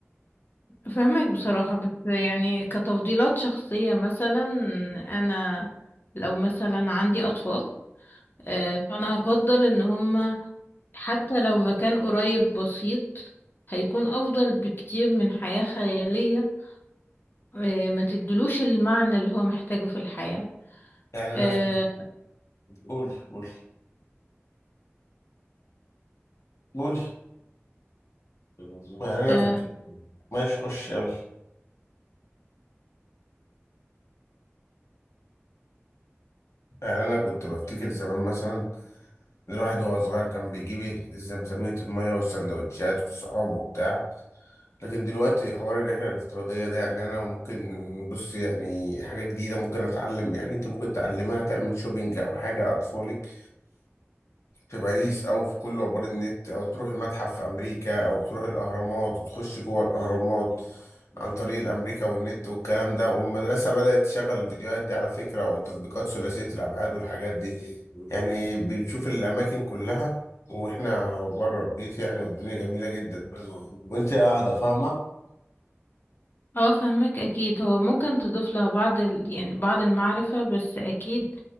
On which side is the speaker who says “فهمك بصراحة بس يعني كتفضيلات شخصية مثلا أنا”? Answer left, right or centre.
Left